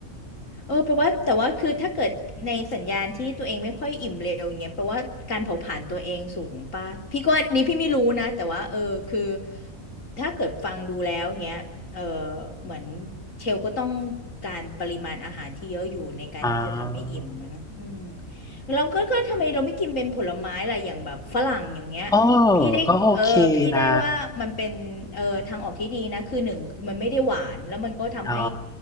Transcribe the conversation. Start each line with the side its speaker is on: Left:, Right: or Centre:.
Left: เออแปลว่าแต่ว่าคือถ้าเกิดในสัญญาณที่ตัวเองไม่ค่อยอิ่มเร็วอย่างเงี้ยแปลว่าการเผาผลาญตัวเองสูงป่ะพี่ก็อันนี้พี่ไม่รู้นะแต่ว่าเออคือถ้าเกิดฟังดูแล้วเงี้ยเออเหมือนเชลก็ต้องการปริมาณอาหารที่เยอะอยู่ในการที่จะทำให้อิ่มอะเนาะอืม
Centre: อ่า
Left: เราก็ก็ทำไมเราไม่กินเป็นผลไม้ล่ะอย่างแบบฝรั่งอย่างเงี้ย
Centre: เออ
Left: พี่ได้เออพี่ได้ว่ามันเป็นเออทางออกที่ดีนะคือหนึ่งคือมันไม่ได้หวานแล้วมันก็ทำให้
Centre: ก็โอเคนะอ๋อ